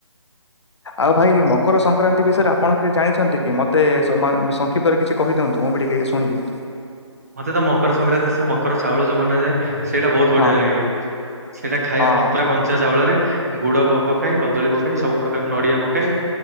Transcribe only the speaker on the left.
ଆଉ ଭାଇ ମକର ସଂକ୍ରାନ୍ତି ବିଷୟରେ ଆପଣ କିଛି ଜାଣିଛନ୍ତି କି ମତେ ସଂକ୍ଷିପ୍ତରେ କିଛି କହିଦିଅନ୍ତୁ। ଟିକ ଶୁଣିବି।
ହଁ
ହଁ